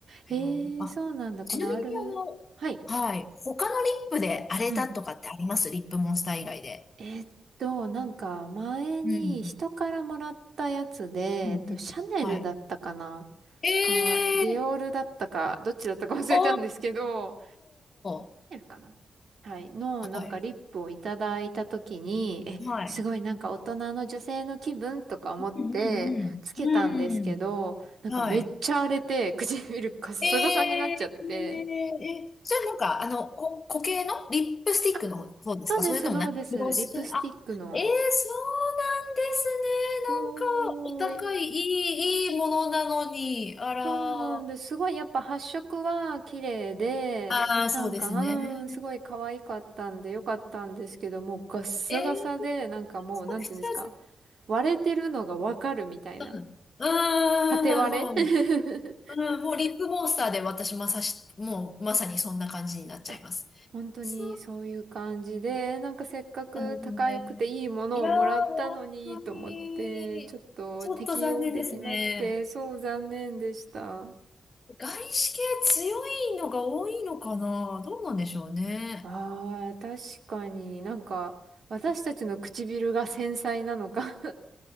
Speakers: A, on the right; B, on the left.
A: ええ、
B: あの、あちなみに、
A: そうなんだ。このある。
B: あの、
A: はい。
B: はい。他のリップで荒れたとかってありますリップモンスター以外で。
A: うん。えーっと、なんか前に人からもらったやつで、
B: うん。うんうんはい。
A: えっと、シャネルだったかな
B: ええ
A: か、ディオールだったか、どっちだったか忘れたんですけど、
B: おー、
A: 出るかなはい。の、
B: はい、
A: なんかリップをいただいたときに、え、
B: はい。
A: すごいなんか大人の女性の気分とか思ってつけたんですけど、
B: うんうんうん。うん。
A: なんかめっちゃ荒れて唇カッサカサになっちゃって。
B: はい。えええ、それなんか、あの、こ、固形のリップスティックの方ですかそれともなんか、
A: あ、そうです、そうです。
B: グロス、
A: リップスティックの。
B: あ、ええそうなんです
A: そう、
B: ね。なんか、お高い、いい、いいものなのに、あら、
A: そうなんです。
B: あ
A: すごいやっぱ発色は綺麗で、
B: あ、そうですね。
A: なんか、うーん、すごい可愛かったんでよかったんですけど、もうガッサガサで、
B: ええ
A: なんかもう、
B: そうですね。
A: なんていうんですか、割れてるのがわかるみたいな。
B: うん。う
A: 縦割れ
B: ーん、もう、うん、もうリップモンスターで私まさし、もうまさにそんな感じになっちゃいます。
A: <laughs> あ、本当にそういう感じで、
B: そう
A: なんかせっかく高くていいものをもらったのにと思って、
B: なんですね。いやー、本当に、
A: ちょっと適用できなくて、
B: ちょっと残念ですね。
A: そう残念でした。
B: 外資系強いのが多いのかなどうなんでしょうね。
A: ああ、確かになんか、私たちの唇が繊細なのか。